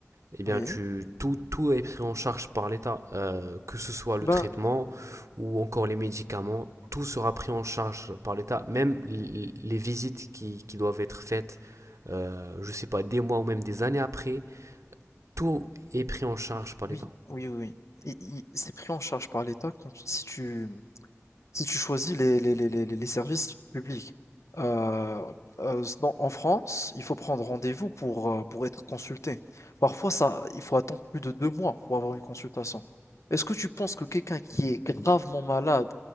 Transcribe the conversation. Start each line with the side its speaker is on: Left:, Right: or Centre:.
Right: eh bien,
Left: oui,
Right: tu, tout, tout est pris en charge par l'État, euh, que ce soit le
Left: ben,
Right: traitement ou encore les médicaments, tout sera pris en charge par l'État, même l- les visites qui, qui doivent être faites, euh, je sais pas, des mois ou même des années après, tout est pris en charge par
Left: oui,
Right: l'État.
Left: oui, oui, oui. I i c'est pris en charge par l'État quand tu si tu si tu choisis les les les les les les services publics. Heu heu, dans en France, il faut prendre rendez-vous pour, heu, pour être consulté. Parfois ça il faut attendre plus de 2 mois pour avoir une consultation. Est-ce que tu penses que quelqu'un qui est gravement malade